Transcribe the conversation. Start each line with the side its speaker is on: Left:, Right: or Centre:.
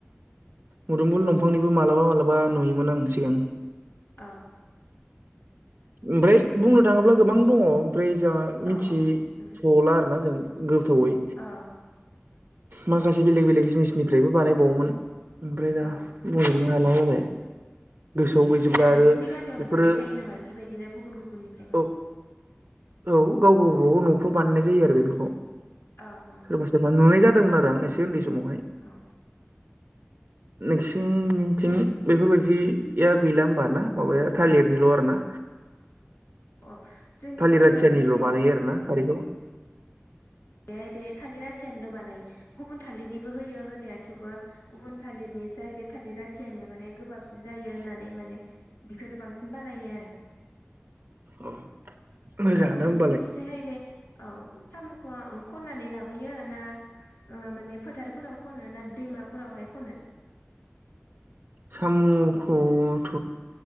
Right: मुदुमफुल दंफांनिबो मालाबा मालाबा नुयोमोन आं सिगां।
Left: अ।
Right: ओमफ्राय बुंनो थाङोब्ला गोबां दङ ओमफ्राय जोंहा मिथि
Left: औ औ दं
Right: थला आरोना जों गोथावै।
Left: अ
Right: माखासे बेलेग बेलेग जिनिसनिफ्रायबो बानायबावोमोन ओमफ्राय दा
Left: अ
Right: बुंजोबनो हाला जाबाय। गोसोआव गैजोबला आरो
Left: नोंसोरनि गामियावनो
Right: बेफोरो
Left: बानायखायो नामा बेफोरबायदिनो गुबुन गुबुननिफ्रायबो।
Right: औ औ गाव गावबागाव
Left: ओ
Right: नफ्राव बानायनाय जायो आरो बेफोरखौ
Left: अ अ
Right: सोरबा नुनाय जादोंमोन आरो आं एसे उन्दै समावहाय
Left: अ
Right: नोंसिनिथिं बेफोरबायदि या गैला होमबा ना माबाया थालिरनिल आर ना?
Left: अ जोंनि
Right: थालिर
Left: आङो
Right: आथियानिल'
Left: नुनायावहाय
Right: बानायो आरो
Left: जोंनिथिं
Right: ना खारैखौ
Left: बेहाय बे थालिर राथियनोल बानाय गुबुन थालिरनिबो होयो होनाया थेवबो गुबुन थालिरनि जाय बे थालिर आथियानिया माने गोबाबसिन जायो होननानै माने बेखोनो बांसिन बानायो आरो।
Right: औ मोजाङानो
Left: ओ नोंसोरनिथिंजायहाय
Right: होमबालाय
Left: बे औ सामु ख-खननानै लाबोयो ना ओ माने फोथारफोराव खनो ना दैमाफोरावहाय खनो?
Right: सामुखौथ